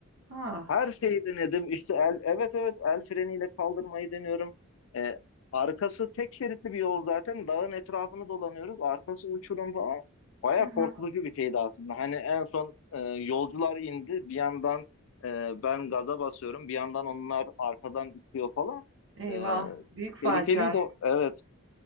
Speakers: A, on the right; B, on the left.
A: Ha.
B: Her şeyi denedim. İşte el, evet evet el freniyle kaldırmayı deniyorum. Ee, arkası tek şeritli bir yol zaten. Dağın etrafını dolanıyoruz. Arkası uçurum falan. Baya
A: Hı hı.
B: korkutucu bir şeydi aslında. Hani en son e, yolcular indi. Bir yandan e, ben gaza basıyorum. Bir yandan onlar arkadan itiyor falan.
A: Eyvah.
B: E,
A: Büyük facia.
B: tehlikeliydi. o- Evet.